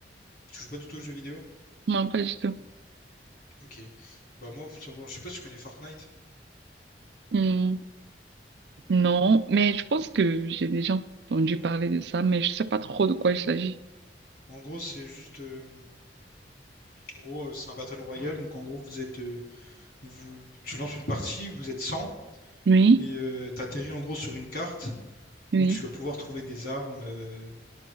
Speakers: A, on the left; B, on the right.
A: Tu joues pas du tout aux jeux vidéo?
B: Non, pas du tout.
A: Ok. Bah moi, faut savoir- je sais pas si tu connais Fortnite.
B: Mm. Non, mais je pense que j'ai déjà entendu parler de ça, mais je sais pas trop de quoi
A: Ok.
B: il s'agit.
A: En gros, c'est juste, euh, en gros, euh, c'est un battle royale. Donc en gros, vous êtes, euh, vous, tu lances une partie, vous êtes 100
B: Oui,
A: et euh, t'atterris en gros sur une carte
B: oui,
A: où tu vas pouvoir trouver des armes, euh,